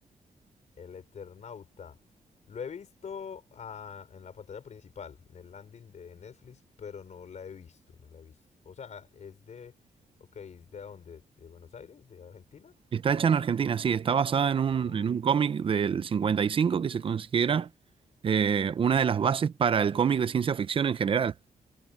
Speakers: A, on the left (about 55°); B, on the right (about 40°).
A: El Eternauta. Lo he visto ah, en la pantalla principal, en el landing de Netflix, pero no la he visto, no la he visto. O sea, es de, ok, ¿es de dónde? ¿De Buenos Aires? ¿De Argentina?
B: Está hecha en Argentina, sí, está basada en un,
A: Oh,
B: en un cómic del 55 que se considera eh, una de las bases para el cómic de ciencia ficción en general.